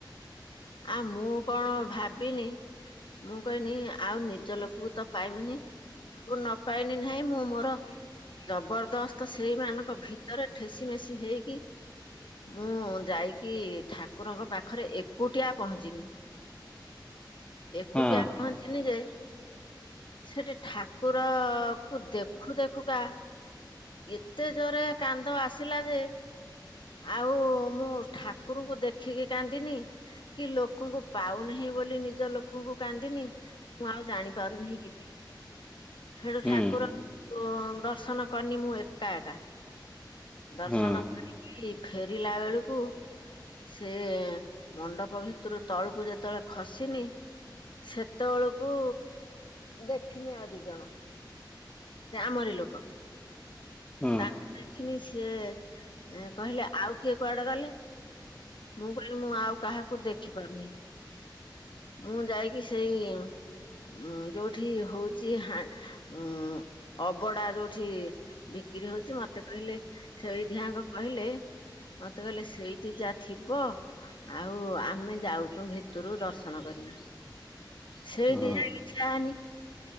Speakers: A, on the left (about 80°); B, on the left (about 15°).
A: ଆ ମୁଁ କଣ ଭାବିନି। ମୁଁ କହିନି ଆଉ ନିଜ ଲୋକକୁ ତ ପାଇମିନି କୁ ନ ପାଇନି ନାହିଁ ମୁଁ ମୋର। ଜବରଦସ୍ତ ସେଇମାନଙ୍କ ଭିତରେ ଠେସି ମେସି ହେଇକି। ମୁଁ ଯାଇକି ଠାକୁରଙ୍କ ପାଖରେ ଏ ଏକୁଟିଆ ପହଞ୍ଚିନି ଏକୁଟିଆ
B: ହଁ
A: ପହଞ୍ଚିନି ଯେ। ସେଠି ଠାକୁର କୁ ଦେଖୁ ଦେଖୁକା। ଏତେ ଜୋରେ କାନ୍ଦ ଆସିଲା ଯେ। ଆଉ ମୁଁ ଠାକୁରଙ୍କୁ ଦେଖିକି କାନ୍ଦିନି। କି ଲୋକଙ୍କୁ ପାଉନାହିଁ ବୋଲି ନିଜ ଲୋକକୁ କାନ୍ଦିନି। ମୁଁ ଆଉ ଜାଣିପାରୁନି କିଛି। ହେଳୁ
B: ହୁଁ
A: ଠାକୁର ଅ ଦର୍ଶନ କନି ମୁଁ ଏକା ଏକା। ଦର୍ଶନ
B: ହଁ
A: କରିକି ଫେରିଲା ବେଳକୁ। ସେ ମଣ୍ଡପ ଭିତରୁ ତଳକୁ ଯେତେବେଳେ ଖସିନି। ସେତେବେଳକୁ ଦେଖିନି ଆଉ ଦି ଜଣ। ଆମରି ଲୋକ।
B: ହଁ
A: ମୁଁ ଦେଖିନି ସିଏ ଏଁ କହିଲେ। ଆଉ କିଏ କୁଆଡେ ଗଲେ? ମୁଁ କହିଲି ମୁଁ ଆଉ କାହାକୁ ଦେଖି ପାରୁନି ମୁଁ ଯାଇକି ସେଇ। ଉଁ ଯୋଉଠି ହଉଛି ହା ଉଁ। ଅବଡା ଯୋଉଠି ବିକ୍ରି ହଉଛି ମ ମତେ କହିଲେ ସେଇଠି ଆଙ୍କ କହିଲେ ମତେ କହିଲେ ସେଇଠି ଯା ଥିବ ଆଉ ଆମେ ଯାଉଛୁ ଭିତରୁ ଦର୍ଶନ କରି। ସେଇଠି
B: ହଁ
A: ଯାଇକି ଠିଆ ହେନି।